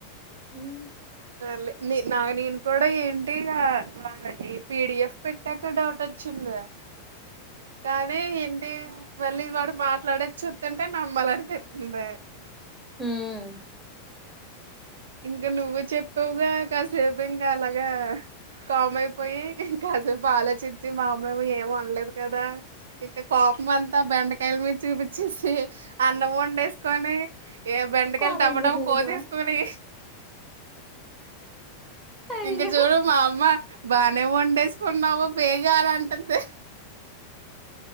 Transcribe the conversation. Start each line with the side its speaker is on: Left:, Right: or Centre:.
Centre: ఉహ్మ్
Right: ల్లే నే నా నేను కూడా ఏంటి ఇగా వాడ్ పీ. డి. ఎఫ్ పెట్టాక డౌట్ వచ్చిందే. కానీ ఎంటి మళ్ళీ వాడు మాట్లాడేది. చూత్తుటే నమ్మాలనిపితుందే
Centre: ఉహ్మ్
Right: ఇంగా నువ్వు చెప్పావుగా. కాసేపు ఇంగా అలాగా కామ్ అయిపోయి. కాసేపు ఆలో చిచ్చి. మా అమ్మేమో ఏం వండ్లేదు కదా. ఇంక కోపం అంతా బెండకాయల మీద చూపిచ్చేసి. అన్నం వండేసుకొని. ఏ బెండకాయలు
Centre: కూర
Right: డవ్వడవ్వ
Centre: వండుకొని తినేసావా
Right: కోసేసుకొని.
Centre: అయ్యో
Right: ఇంక చూడు మా అమ్మ బా నే వండేసుకున్నావు. పేగలాంటంది.